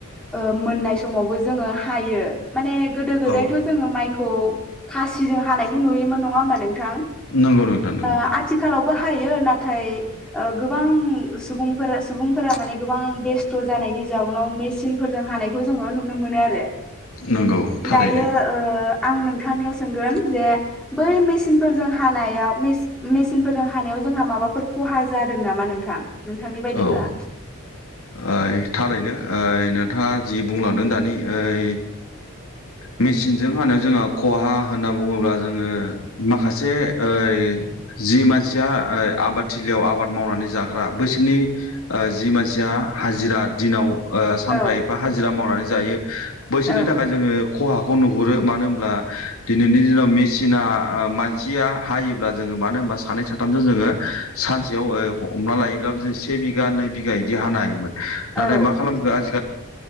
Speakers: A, in the centre; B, on the left.
A: ओ मोननाय समावबो जोङो हायो माने गोदोआवथ'
B: औ
A: जोङो माइखौ खासिजों हानायखौ नुयोमोन नङा होमबा नों थां
B: नंगौ नोंथां नंगौ
A: ओ आथिखालावबो हायो नाथाय गोबां सुबुंफोरा सुबुंफोरा माने गोबां बेस्थ' जानायनि जाउनाव मेसिनफोरजों हानायखौ जोङो नुनो मोनो आरो।
B: नंगौ। थारैनो
A: दायो ओ आं नोंथांनियाव सोंगोन जे बै मेसिनफोरजों हानायाव मेस-मेसिनफोरजों हा याव जोंहा माबाफोर खहा जादों नामा नोंथां नोंथांनि बायदिब्ला?
B: औ ओइ थारैनो ओइ नोंथाङा जि बुंलांदों दानि ओइ मेसिनजों हानो जोंहा खहा होनना बुङोब्ला जोङो माखासे ओइ जि मानसिया ओ आबादथिलियाव आबाद मावनानै जाग्रा बैसोरनि ओ जि मानसिया हाजिरा दिनाव ओ सानफा
A: औ
B: एफा हाजिरा मावनानै जायो बैसोरनि
A: औ
B: थाखाय जोङो खहा खौ नुहुरो मानो होनब्ला दिनैनि दिनाव मेसिना ओ मानसिया हायोब्ला जोङो मानो बा सानै साथामजों जोङो सानसेयाव ओ हमना लायोब्लाबो जों से बिघा नै बिघा बिदि हानो हायोमोन। नाथाय
A: औ
B: मा खालामखो आजिखालि